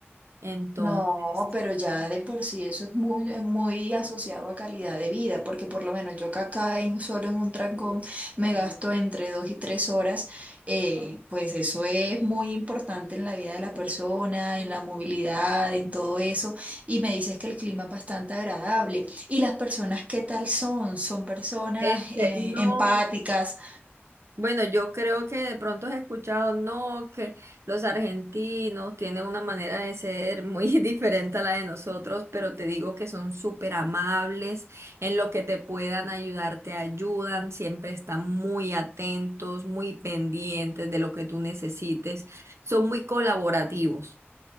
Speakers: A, on the right; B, on the right.
A: Entonces,
B: No, pero ya de por sí eso es muy, es muy asociado a calidad de vida, porque por lo menos yo que acá en solo en un trancón me gasto entre dos y tres horas, eh, pues eso es muy importante en la vida de la persona, en la movilidad, en todo eso. Y me dices que el clima es bastante agradable. ¿Y las personas qué tal son? ¿Son personas,
A: este,
B: eh,
A: no.
B: empáticas?
A: Bueno, yo creo que de pronto has escuchado, no, que los argentinos tienen una manera de ser muy <laughs> diferente a la de nosotros, pero te digo que son súper amables, en lo que te puedan ayudar, te ayudan, siempre están muy atentos, muy pendientes de lo que tú necesites, son muy colaborativos.